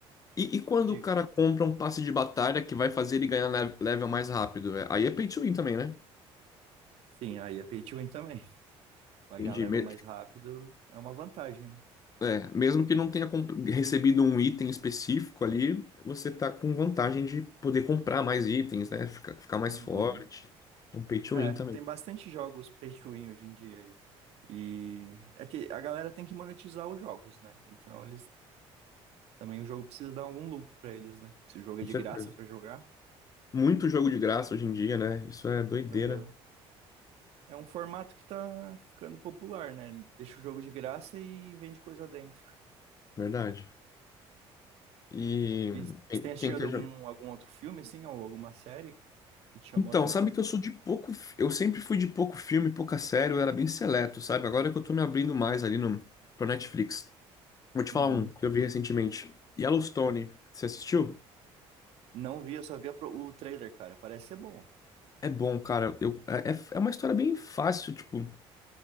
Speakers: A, on the left (about 35°); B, on the right (about 70°).
A: E, e quando
B: Digo.
A: o cara compra um passe de batalha que vai fazer ele ganhar le- level mais rápido? É, aí é pay to win também, né?
B: Sim, aí é pay to win também. Pagar
A: Entendi.
B: a level
A: me-
B: mais rápido é uma vantagem, né?
A: é, mesmo que não tenha comp- recebido um item específico ali, você tá com vantagem de poder comprar mais itens, né? Ficar, ficar mais
B: Uhum.
A: forte. Um pay to
B: É,
A: win também,
B: tem bastante jogos pay to win hoje em dia aí. E é que a galera tem que monetizar os jogos, né? Então eles também o jogo precisa dar algum lucro pra eles, né? Se o jogo
A: com
B: é de
A: certeza.
B: graça pra jogar,
A: Muito jogo de graça hoje em dia, né? Isso é doideira,
B: Aham. é um formato que tá ficando popular, né? Ele Deixa o jogo de graça e vende coisa dentro.
A: verdade. E
B: E você
A: quem,
B: tem assistido
A: quem quer
B: algum algum outro filme assim ou alguma série que te chamou
A: Então,
B: a atenção?
A: sabe que eu sou de pouco. Eu sempre fui de pouco filme, pouca série, eu era bem seleto, sabe? Agora que eu tô me abrindo mais ali no, pro Netflix. Vou te falar
B: Uhum.
A: um que eu vi recentemente: Yellowstone. Você assistiu?
B: Não vi, eu só vi a pro- o trailer, cara. Parece ser bom.
A: É bom, cara. Eu, é, é é uma história bem fácil, tipo,